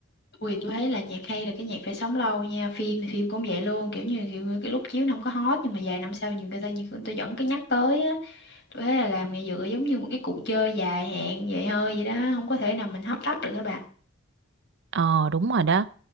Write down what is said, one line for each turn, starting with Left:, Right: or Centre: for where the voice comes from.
Left: Ui, tôi thấy là nhạc hay là cái nhạc phải sống lâu nha phim thì phim cũng vậy luôn kiểu như kiểu, cái lúc chiếu nó không có hot nhưng mà vài năm sau nhiều người ta nhiều người ta vẫn cứ nhắc tới á tôi thấy là làm nghệ dựa giống như một cái cuộc chơi dài hạn vậy hơi vậy đó không có thể nào mình hấp tấp được hả bà
Right: ờ đúng rồi đó